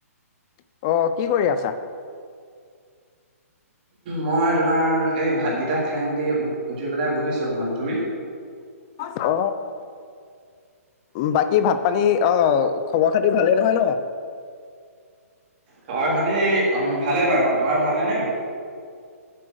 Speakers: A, on the left; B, on the right.
A: অ, কি কৰি আছা?
B: মই তোমাৰ এই ভাতকেইটা খাই মেলি উ, উঠি পেলাই বহিছোঁ অকণমান। তুমি?
A: অ, বাকী ভাত পানী অ, খবৰ খাতিৰ ভালেই নহয় ন?
B: খবৰ খাতি ভালেই বাৰু। তোমাৰ ভালনে নে কি?